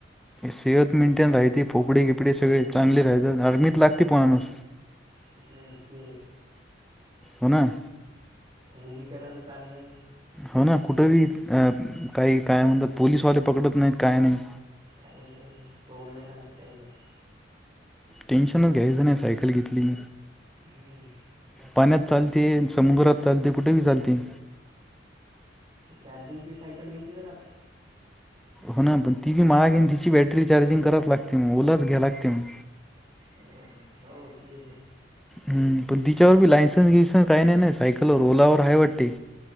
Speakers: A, in the centre; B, on the right.
A: सेहत मेंटेन राहती फोपडी गिपडी सगळे चांगली राहते आर्मीत लागते पणाणूस
B: हम् ते
A: हो ना
B: भजताच त्यां नाही
A: हो ना कुठे बी काही काय म्हणतात पोललीसवाले पकडत नाहीत काय नाही
B: काही नाही रोल नाही लागत काही नाही
A: टेनशनच घ्यायचं नाही सायकल घेतली
B: होम्
A: पाण्यात चालते, समुद्रात चालते, कुठं बी चालते.
B: चारजिंगची साईकल निघली बरं आता
A: हो ना पण ती बी महाग हे ना तिची बॅटरी चार्जिंग करावच लागते मग ओलच घ्याया लागते मग
B: ह. हो ते हे
A: हम्म पण तिच्यावर बी लायसन्स बीसन काही नई नई सायकलवर ओलावर हाय वाटते.